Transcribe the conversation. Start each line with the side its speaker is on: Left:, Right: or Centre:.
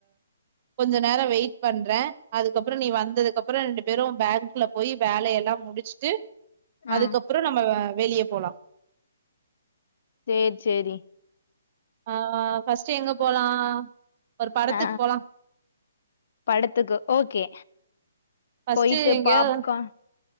Right: கொஞ்ச நேரோ வெயிட் பண்ற அதுக்கப்புறோ நீ வந்ததுக்கு அப்புறோ ரெண்டு பேரு பேங் குல போய் வேலைய எல்லா முடிச்சுட்டு
Left: ஆ
Right: அதுக்கப்புறோ நம்ம வெளியே போலா
Left: சேர் செரி
Right: ஆ ஃபர்ஸ்ட்டு எங்க போலா ஒரு படத்துக்கு
Left: ஆ
Right: போலா
Left: படத்துக்கு ஓகே
Right: ஃபஸ்ட்டு
Left: போயிட்டு
Right: எங்கியாது
Left: பாப்கார்ன்